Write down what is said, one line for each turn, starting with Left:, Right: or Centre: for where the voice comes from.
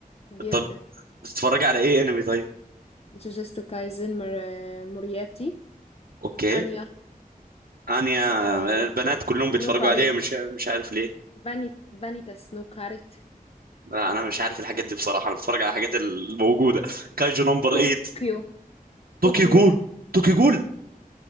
Left: جدا
Right: طب بتتفرجي على ايه انمي طيب
Left: جوجوتسو كايزن مر... مورياتي
Right: اوكي
Left: انيا
Right: انا
Left: آه.
Right: البنات كلهم بيتفرجوا
Left: نوكاريت
Right: عليه مش مش عارف ليه
Left: فاني فانيتاس نوكاريت
Right: لا، انا مش عارف الحاجات دي بصراحه انا بتفرج على الحاجات الموجوده كايجو نمبر 8
Left: طوكيو
Right: توكي
Left: طوكيو
Right: جول توكي جول